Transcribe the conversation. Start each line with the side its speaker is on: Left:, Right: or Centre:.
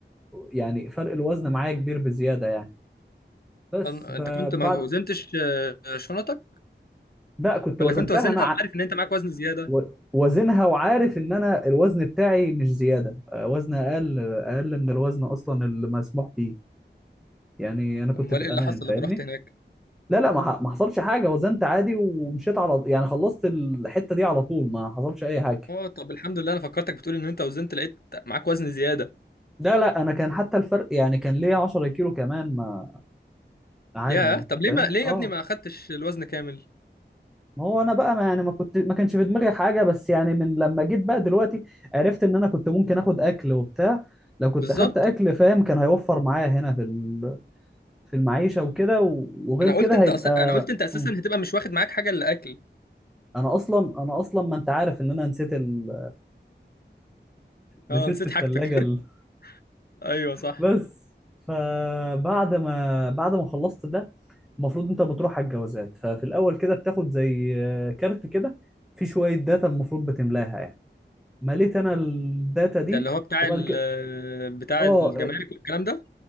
Centre: يعني فرق الوزن معايا كبير بزياده يعني بس
Left: أن- انت
Centre: فبعد
Left: كنت ما وزنتش آه، شنطك
Centre: لا كنت
Left: ولا
Centre: وزنتها
Left: كنت وزنها
Centre: انا ع...
Left: وعارف ان انت معاك وزن زياده
Centre: و- وزنها وعارف ان انا الوزن بتاعي مش زياده آه، وزن اقل اقل من الوزن اصلا اللي مسموح بيه يعني انا كنت
Left: امال
Centre: في الامان
Left: ايه اللي حصل
Centre: فاهمني
Left: لما رحت هناك
Centre: لا لا ما ح- ما حصلش حاجه وزنت عادي ومشيت على يعني خلصت الحته دي على طول ما حصلش اي حاجه
Left: اه طب الحمد لله انا فكرتك بتقول ان انت وزنت لقيت معاك وزن زياده
Centre: لا لا انا كان حتى الفرق يعني كان ليا 10 كيلو كمان ما عادي
Left: ياه
Centre: يعني
Left: طب ليه
Centre: فاهم
Left: ما ليه
Centre: اه
Left: يا ابني ما اخدتش الوزن كامل
Centre: ما هو انا بقى ما يعني ما كنت ما كانش في دماغي حاجه بس يعني من لما جيت بقى دلوقتي عرفت ان انا كنت ممكن اخد اكل وبتاع لو كنت
Left: بالظبط
Centre: اخدت اكل فاهم كان هيوفر معايا هنا في ال- في المعيشه وكده و- وغير
Left: انا
Centre: كده
Left: قلت انت
Centre: هيبقى
Left: أس... انا قلت انت اساسا
Centre: مم.
Left: هتبقى مش واخد معاك حاجه الا اكل
Centre: انا اصلا انا اصلا ما انت عارف ان انا نسيت ال...
Left: اه
Centre: نسيت
Left: نسيت
Centre: في الثلاجه
Left: حاجتك <laughs>
Centre: ال...
Left: ايوه صح
Centre: بس فبعد ما بعد ما خلصت ده المفروض انت بتروح على الجوازات ففي الاول كده بتاخد زي كارت كده في شويه داتا المفروض بتملاها مليت انا الداتا
Left: ده
Centre: دي
Left: اللي هو بتاع
Centre: وبعد
Left: ال...
Centre: كده
Left: بتاع
Centre: اه
Left: الجمارك والكلام ده